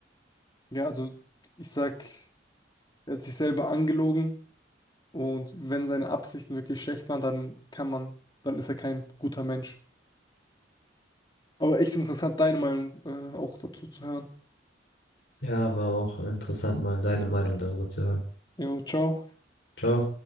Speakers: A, on the left (about 25°); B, on the left (about 70°).
A: Ja, also ich sag, er hat sich selber angelogen und wenn seine Absichten wirklich schlecht waren, dann kann man, dann ist er kein guter Mensch. Aber echt interessant, deine Meinung, äh, auch dazu zu hören.
B: Ja, war auch interessant, mal deine Meinung darüber zu hören.
A: Jo, ciao.
B: Ciao.